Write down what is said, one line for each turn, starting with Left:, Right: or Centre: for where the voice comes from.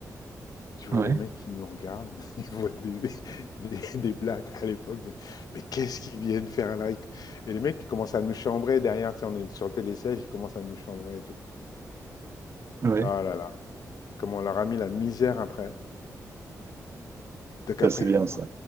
Left: Tu vois
Right: Ouais,
Left: les mecs qui nous regardent, <laughs> ils voient des, des, des blagues à l'époque. de, Mais qu'est-ce qu'ils viennent faire là? Ils- Et les mecs, qui commencent à nous chambrer derrière, tu sais, on est sur le télésiège, ils commencent à nous chambrer et tout.
Right: ouais.
Left: Ah là là, comment on leur a mis la misère après. Donc
Right: Ça,
Left: après,
Right: c'est bien
Left: ils nous disent,
Right: ça.